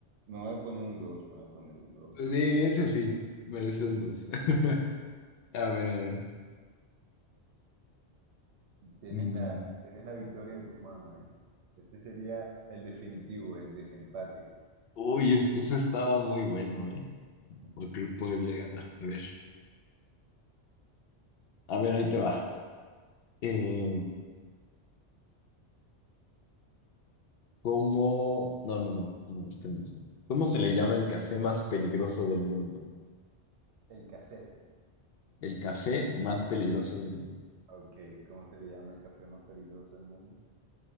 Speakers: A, on the right; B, on the left.
A: no voy a poner un dos me voy a poner un 2
B: Sí,
A: porque
B: ese sí, merece un dos. <laughs> A ver.
A: tienes
B: mm,
A: la, tienes la victoria en tus manos, ¿eh? Este sería el definitivo, el desempate.
B: Uy, es que ese estaba muy bueno, ¿eh?
A: Ujú.
B: Por poderle ganar. A ver, a ver, ahí te va. Eh, ¿cómo? No, no, no, no, este no, este no. ¿Cómo se le llama el café más peligroso del mundo?
A: El café.
B: El café más peligroso
A: El ca-
B: del mundo.
A: Ok, ¿cómo se le llama el café más peligroso del mundo?